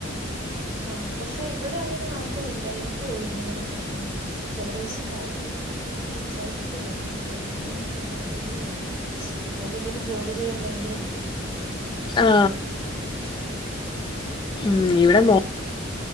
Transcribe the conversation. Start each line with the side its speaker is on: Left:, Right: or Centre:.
Right: ആ പക്ഷെ ഇവിടെ അങ്ങനെ ആർക്കും ഇല്ല എനിക്കേള്ളൂ ഇങ്ങനൊരു പ്രശ്നം ചെല ദിവസം രാവിലെ എണീറ്റ് കഴിഞ്ഞാലെ സൈ ക്കാൻ പറ്റത്തില്ല ഇങ്ങനെ മൂക്കിനകത്തൂടെ ഒലിക്കും നമുക്കെന്തേലും ജോലി ചെയ്യാൻ ഭയങ്കര ബുദ്ധിമുട്ടാ
Left: ആ ഉം ഇവിടെ മോൾ